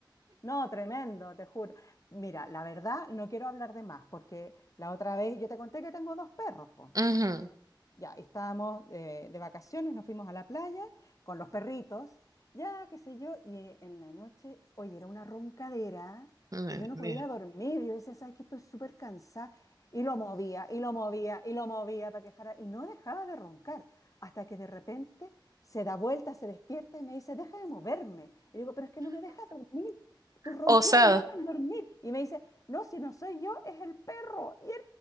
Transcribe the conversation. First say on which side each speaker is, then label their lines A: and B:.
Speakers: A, on the left; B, on the right.
A: No, tremendo, te juro. Mira, la verdad no quiero hablar de más, porque la otra vez yo te conté que tengo dos perros, pues.
B: Ujú.
A: Ya, ya, y estábamos eh, de vacaciones, nos fuimos a la playa con los perritos, ya, qué sé yo, y eh, en la noche, oye, era una roncadera
B: Ay,
A: que
B: Dios
A: yo no
B: mío.
A: podía dormir. Yo decía, ¿sabes que Estoy súper cansada. Y lo movía, y lo movía, y lo movía para que dejara, y no dejaba de roncar, hasta que de repente se da vuelta, se despierta y me dice, deja de moverme. Y digo, pero es que no me deja dormir tus ronquidos
B: Osado.
A: no me dejan dormir. Y me dice, no, si no soy yo, es el perro. Y era